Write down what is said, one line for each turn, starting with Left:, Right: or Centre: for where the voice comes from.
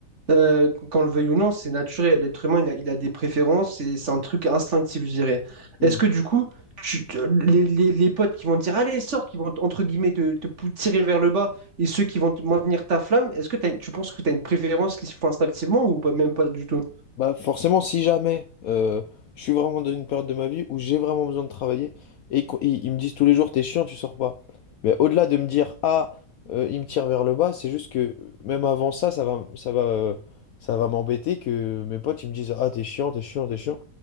Right: euh, qu'on le veuille ou non, c'est naturel. L'être humain, il a, il a des préférences et c'est un truc instinctif, je dirais.
Left: Hmm.
Right: Est-ce que du coup, tu- tu- les, les- les potes qui vont te dire, allez, sors, qui vont, te- entre guillemets, te, te pou- tirer vers le bas, et ceux qui vont te maintenir ta flamme, est-ce que t'as- tu penses que tu as une préférence qui se fait instinctivement ou pas- même pas du tout?
Left: Bah forcément, si jamais euh, je suis vraiment dans une période de ma vie où j'ai vraiment besoin de travailler et qu'on- ils, ils me disent tous les jours, t'es chiant, tu sors pas. Mais au-delà de me dire, ah, euh, ils me tirent vers le bas, c'est juste que euh, même avant ça, ça va, ça va, euh, ça va m'embêter que mes potes ils me disent, ah, t'es chiant, t'es chiant, t'es chiant.